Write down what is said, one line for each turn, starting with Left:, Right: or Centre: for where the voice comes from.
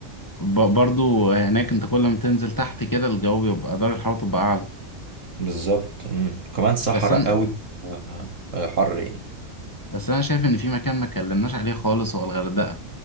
Left: ب- برضو هناك انت كل ما تنزل تحت كده الجو بيبقى درجة الحرارة تبقى أعلى
Right: بالظبط امم كمان صحراء
Left: بس أنا
Right: قوي آه، آه، حر يعني
Left: بس أنا شايف إن في مكان ما اتكلمناش عليه خالص هو الغردقة